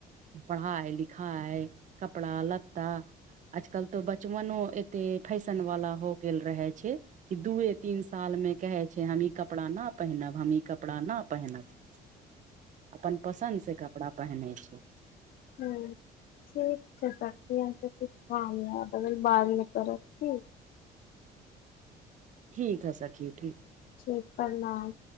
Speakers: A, on the right; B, on the left.
A: पढ़ाइ लिखाइ कपड़ा लत्ता आजकल तो बचपनो एते फैशन वाला हो गेल रहे छै कि दुए तीन साल मे कहै छै हम ई कपड़ा न पहिनब हम ई कपड़ा न पहिनब अपन पसन्दसँ कपड़ा पहिनै छै
B: हँ थिक छ कामया अगर बाद मे करब की
A: ठीक ह सखी ठीक
B: छै प्रणाम